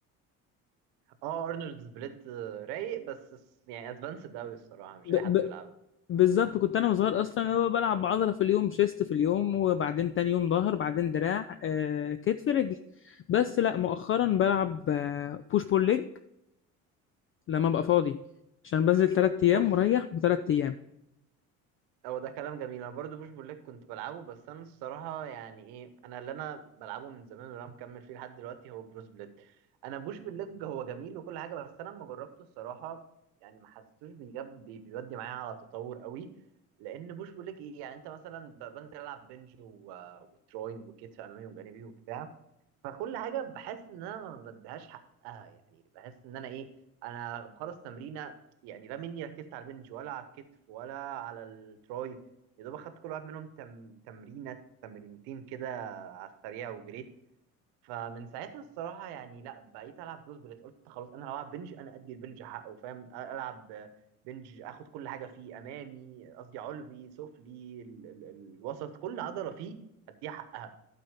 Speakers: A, on the right; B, on the left.
A: اه ارنولد بليد رايق بس س- يعني ادفانسد قوي الصراحه مش
B: ب...
A: اي حد
B: ب...
A: يلعبه
B: بالظبط كنت انا وصغير اصلا اللي هو بلعب عضله في اليوم شيست في اليوم وبعدين تاني يوم ظهر بعدين دراع آه كتف رجل بس لا مؤخرا بلعب آه بوش بول ليج لما ابقى فاضي عشان بنزل تلات ايام
A: بص
B: مريح وتلات ايام
A: هو ده كلام جميل انا برضو بوش بقول لك كنت بلعبه بس انا الصراحه يعني ايه انا اللي انا بلعبه من زمان واللي انا مكمل فيه لحد دلوقتي هو بروس بليد انا بوش بالليج هو جميل وكل حاجه بس انا لما جربته الصراحه يعني ما حسيتوش بيجاب بي- بيودي معايا على تطور قوي لان بوش بقول لك ايه يعني انت مثلا ب- بنزل العب بنج و... وتروي وكتف امامي وجانبي وبتاع فكل حاجه بحس ان انا ما بديهاش حقها يعني بحس ان انا ايه انا بخلص تمرينه يعني لا مني ركزت على البنج ولا على الكتف ولا على التراي يا دوب اخدت كل واحد منهم تم... تمرينه تمرينتين كده على السريع وجريت فمن ساعتها الصراحه يعني لا بقيت العب بروس بليت قلت خلاص انا لو العب بنج انا ادي البنج حقه فاهم العب بنج اخد كل حاجه فيه امامي قصدي علوي سفلي ال... ال... الوسط كل عضله فيه اديها حقها